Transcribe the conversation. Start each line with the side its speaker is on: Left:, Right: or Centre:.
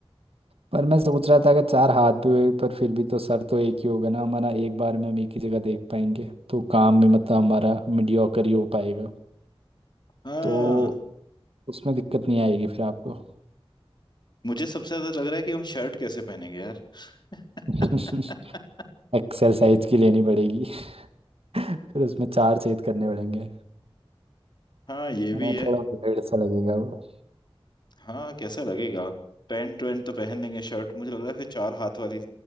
Right: पर मैं सोच रहा था अगर चार हाथ भी हुए पर फिर भी तो सर तो एक ही होगा ना हमारा एक बार में हम एक ही जगह देख पाएंगे तो काम में मतलब हमारा मीडियोकर ही हो पाएगा
Left: हाँ
Right: तो उसमें दिक्कत नहीं आएगी फिर आपको
Left: मुझे सबसे ज्यादा लग रहा है कि हम शर्ट कैसे पहनेंगे यार <laughs>
Right: <laughs> एक्सरसाइज की लेनी पड़ेगी <laughs> फिर उसमें चार छेद करने पड़ेंगे
Left: हाँ ये
Right: अ,
Left: भी है
Right: थोड़ा वेट सा लगेगा वो
Left: हाँ कैसा लगेगा पैंट वैंट तो पहन लेंगे शर्ट मुझे लग रहा है फिर चार हाथ वाली